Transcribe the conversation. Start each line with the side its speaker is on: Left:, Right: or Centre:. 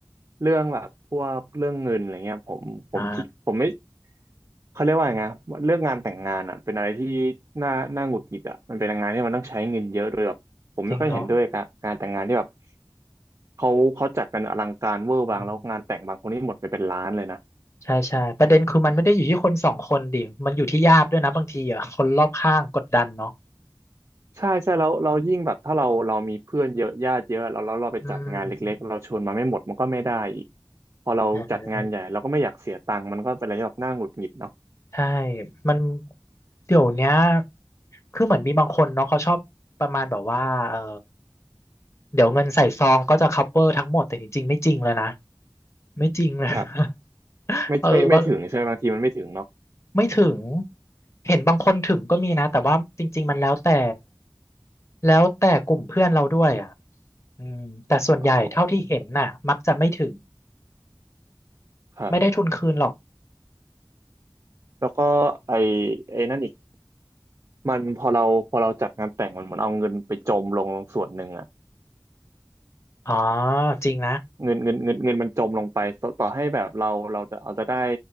Right: เรื่องแบบพวกเรื่องเงินอะไรเงี้ยผมผมคิดผมไม่
Left: อ่า
Right: เขาเรียกว่าไงนะเรื่องงานแต่งงานอ่ะเป็นอะไรที่น่าน่าหงุดหงิดอ่ะมันเป็นงานที่มันต้องใช้เงินเยอะโดยแบบ ผมไม่ค่อยเห็นด้วยกับการแต่งงานที่แบบ
Left: จริงเหรอ
Right: เขาเขาจัดกันอลังการเวอร์วังแล้วงานแต่งบางคนนี่หมดไปเป็นล้านเลยนะ
Left: อืม ใช่ใช่ประเด็นคือมันไม่ได้อยู่ที่คนสองคนดิมันอยู่ที่ญาติด้วยนะบางทีอ่ะคนรอบข้างกดดันเนาะ
Right: ใช่ใช่แล้วเรายิ่งแบบถ้าเราเรามีเพื่อนเยอะญาติเยอะแล้วแล้วเราไปจัดงานเล็กๆเราชวนมาไม่หมดมันก็ไม่ได้อีก
Left: อืม
Right: พอเราจัดงานใหญ่เราก็ไม่อยากเสียตังค์มันก็เป็นอะไรที่แบบน่าหงุดหงิดเนาะ
Left: อ่าใช่มันเดี๋ยวเนี้ยคือเหมือนมีบางคนเนาะเขาชอบประมาณแบบว่าเออเดี๋ยวเงินใส่ซองก็จะ cover ทั้งหมดแต่จริงๆไม่จริงเลยนะไม่จริงเลย
Right: ครับ
Left: <laughs>
Right: ไม่ไม่ไม่ถึงใช่ไหมบางทีมันไม่ถึงเนาะ
Left: เออบาง ไม่ถึง เห็นบางคนถึงก็มีนะแต่ว่าจริงๆมันแล้วแต่แล้วแต่กลุ่มเพื่อนเราด้วยอ่ะอืมแต่ส่วนใหญ่เท่าที่เห็นน่ะมักจะไม่ถึง
Right: อ๋อครับ
Left: ไม่ได้ทุนคืนหรอก
Right: แล้วก็ไอไอนั่นอีกมันพอเราพอเราจัดงานแต่งมันเหมือนเอาเงินไปจมลงลงส่วนหนึ่งอะ
Left: อ๋อจริงนะ
Right: เงินเงินเงินเงินมันจมลงไปต่อต่อให้แบบเราเราจะเอาจะได้